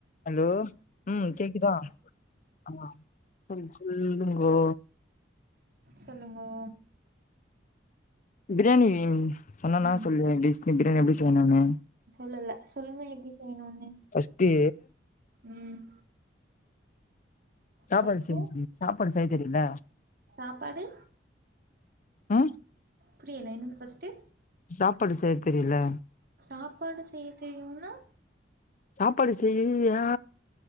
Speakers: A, on the left; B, on the right.
A: ஹலோ ம் கேக்குதா ஆமா சொல் சொல்லு ஓ
B: சொல்லுங்கோ
A: பிரியாணி சொன்னன்னா
B: ம்
A: சொல்லு பிஸ்மி பிரியாணி எப்டி
B: ம்
A: செய்யன்னு
B: சொல்லல சொல்லுங்க எப்டி செய்யணுன்னு
A: ஃபஸ்ட்டு
B: ம்
A: சாப்பாடு
B: ஃபஸ்ட்டு
A: செஞ்சுடு சாப்பாடு செய்ய தெரியுல
B: சாப்பாடு
A: அ
B: புரியல என்னது பஸ்ட்டு
A: சாப்பாடு செய்ய தெரியல
B: சாப்பாடு செய்ய தெரியுன்னா
A: சாப்பாடு செய்வியா